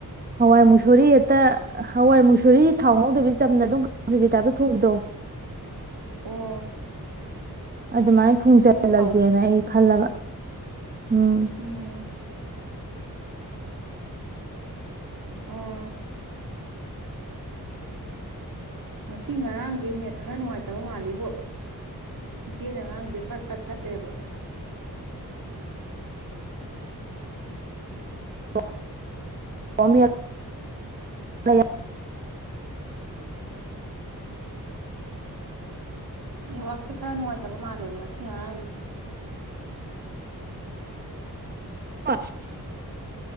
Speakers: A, on the right; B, on the right.
A: ꯍꯋꯥꯏ ꯃꯁꯨꯔꯤ ꯑꯠꯇ ꯍꯋꯥꯏ ꯃꯨꯁꯨꯨꯔꯤꯗꯤ ꯊꯥꯎ ꯉꯧꯗꯕꯤ ꯆꯝꯅ ꯑꯗꯨꯝꯒꯦ ꯇꯗ ꯊꯣꯡꯕꯗꯣ
B: ꯑꯣ
A: ꯑꯗꯨꯃꯥꯏꯅ ꯊꯨꯡꯖꯜꯂꯒꯦꯅ
B: ꯑꯗꯨꯁꯨ ꯍꯥꯎꯕꯅꯤꯅꯦ
A: ꯑꯩ ꯈꯜꯂꯕ ꯎꯝ
B: ꯎꯝ ꯑꯣ ꯉꯁꯤ ꯉꯔꯥꯡꯁꯦ ꯅꯦꯠ ꯈꯔ ꯅꯨꯡꯉꯥꯏꯇꯕ ꯃꯥꯜꯂꯤꯕꯣ ꯏꯆꯦꯅꯉꯥꯡꯁꯤꯗꯦꯠ ꯄꯠꯇꯂꯦꯕ
A: <inaudible>
B: ꯅꯦꯠꯋꯥꯛꯛꯁꯦ ꯈꯔ ꯅꯨꯡꯉꯥꯏꯇꯕ ꯃꯥꯜꯂꯦꯕ ꯉꯁꯤ ꯉꯔꯥꯡꯁ
A: ꯑꯐ